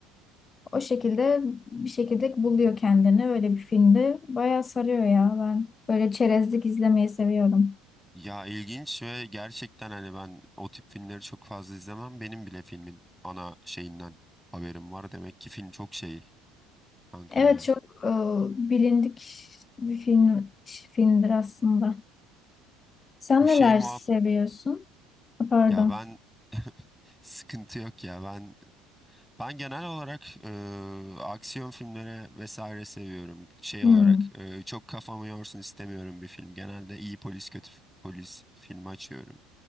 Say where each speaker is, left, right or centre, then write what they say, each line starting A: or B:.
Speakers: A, on the left (about 25°); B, in the centre.
A: O şekilde bir şekilde buluyor kendini. Öyle bir filmde bayağı sarıyor ya. Ben böyle çerezlik izlemeyi seviyorum.
B: Ya ilginç ve gerçekten hani ben o tip filmleri çok fazla izlemem. Benim bile filmin ana şeyinden haberim var. Demek ki film çok şey kanka
A: Evet
B: ya.
A: çok e, bilindik bir film filmdir aslında. Sen
B: Bu
A: neler
B: şey muhab
A: seviyorsun? Pardon.
B: ya ben <laughs> sıkıntı yok ya. Ben ben genel olarak e, aksiyon filmleri vesaire seviyorum. Şey
A: Hmm.
B: olarak e, çok kafamı yorsun istemiyorum bir film. Genelde iyi polis kötü polis filmi açıyorum.